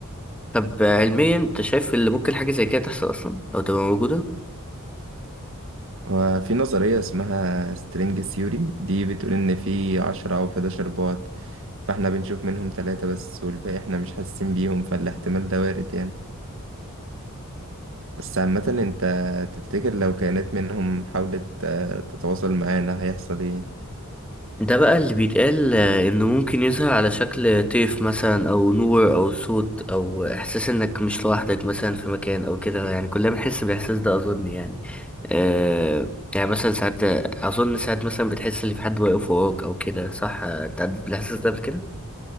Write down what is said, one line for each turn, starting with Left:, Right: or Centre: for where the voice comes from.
Centre: طب آه، علميا أنت شايف اللي ممكن حاجة زي كده تحصل أصلا أو تبقى موجودة؟
Right: وفي نظرية اسمها سترينج ثيوري دي بتقول ان في عشرة او حداشر بعد فاحنا بنشوف منهم ثلاثة بس والباقي احنا مش حاسين بيهم فالاحتمال ده وارد يعني بس عامة انت تفتكر لو كائنات منهم حاولت آه، تتواصل معانا هيحصل ايه؟
Centre: ده بقى اللي بيتقال آه، انه ممكن يظهر على شكل طيف مثلا او نور او صوت او احساس انك مش لوحدك مثلا في مكان او كده يعني كلنا بنحس بالاحساس ده اظن يعني آه يعني مثلا ساعات اظن ساعات مثلا بتحس ان في حد واقف وراك او كده صح آه، انت عديت بالاحساس ده قبل كده